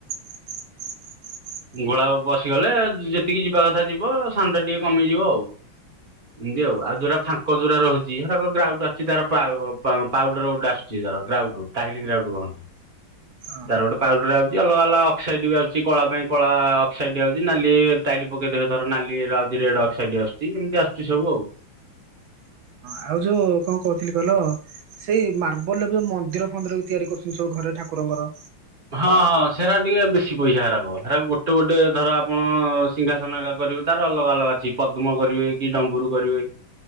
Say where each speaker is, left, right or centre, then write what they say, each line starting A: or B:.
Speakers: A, on the right (about 75°); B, on the right (about 35°).
A: <inaudible>
B: ଘୋଳା ବସିଗଲେ ଯେତିକି ଯିବା କଥା ଯିବ ସାଉଣ୍ଡଟା ଟିକେ କମିଯିବ ଆଉ। ଏମିତି ଆଉ ଆ ଯୋଉରା ଫାଙ୍କ ଯୋଉରା ରହୁଛି ହେରାକ ଗ୍ରାଉଡୁ ଆସଛି ତାର ପାଉ ପାଉଡର ଗୋଟେ ଆସୁଛି ତାର ଗ୍ରାଉଡୁ ଟାହିଁଲି ଇରାଉଟୁ କହନ୍ତି।
A: ହଁ
B: ତାର
A: ହଁ
B: ଗୋଟେ ପାଉଡର ଆଉଛି ଅଲଗା ଅଲଗା ଅକ୍ସାଇଡ ବି ଆଉଛି କଳା ପାଇଁ କଳା ଅକ୍ସାଇଡ ଆଉଛି ନାଲି ଟାଇ ଲି ପକେଇ ଦେବେ ଧର ନାଲିରେଡ୍ ଅକ୍ସାଇଟ ଆସୁଛି ଏମତି ଆସୁଛି ସବୁ ଆଉ।
A: ଆଉ ଯୋଉ କଣ କହୁଥିଲି କହିଲ ସେଇ ମାର୍ବଲରେ ବି ମନ୍ଦିର ଫନ୍ଦିର ବି ତିଆରି କରୁଛନ୍ତି ସବୁ ଘରେ ଠାକୁରଙ୍କର।
B: ହଁ ହଁ ସେରା ଟିକେ ବେଶୀ ପଇସା ହେରାକ ସେରା ଗୋଟେ ଗୋଟେ ଧର ଆପଣ ସିଂଙ୍ଘାସନ ହେରାକ କରିବେ ତାର ଅଲଗା ଅଲଗା ଅଛି ପଦ୍ମ କରିବେ କି ଡମ୍ବୁରୁ କରିବେ